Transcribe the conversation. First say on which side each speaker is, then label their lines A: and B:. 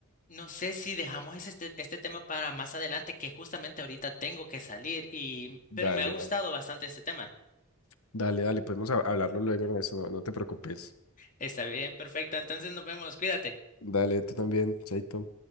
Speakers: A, on the left; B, on the left.
A: no sé si dejamos ese- este, este tema para más adelante, que justamente ahorita tengo que salir y,
B: Dale,
A: pero me ha gustado
B: dale.
A: bastante este tema.
B: Dale, dale, podemos hab- hablarlo luego, Ernesto, no, no te preocupes.
A: Está bien, perfecto. Entonces nos vemos, cuídate.
B: Dale, tú también, Chaito.